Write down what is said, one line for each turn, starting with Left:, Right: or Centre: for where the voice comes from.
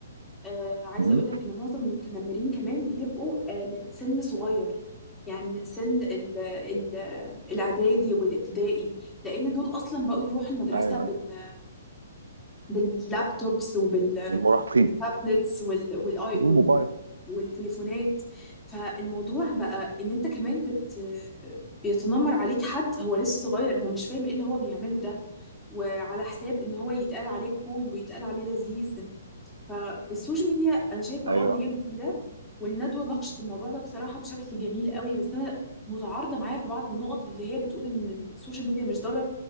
Centre: آه عايزه
Right: م-
Centre: اقول لك ان معظم المتنمرين كمان بيبقوا آه من سن صغير يعني من سن ال ال الاعدادي والابتدائي لان دول اصلا بقوا يروحوا المدرسه
Right: ايوه
Centre: بال باللابتوبس وبال
Right: المراهقين
Centre: بالتابلتس وال والاي
Right: والموبايل
Centre: وال والتليفونات فالموضوع بقى ان انت كمان بت بيتنمر عليك حد هو لسه صغير هو مش فاهم ايه اللي هو بيعمله ده وعلى حساب ان هو يتقال عليه كول ويتقال عليه لذيذ فالسوشيال ميديا انا شايفه
Right: ايوه
Centre: اه ان هي مفيده والندوه ناقشت الموضوع ده بصراحه بشكل جميل قوي بس انا متعارضه معايا في بعض النقط اللي هي بتقول ان السوشيال ميديا مش ضاره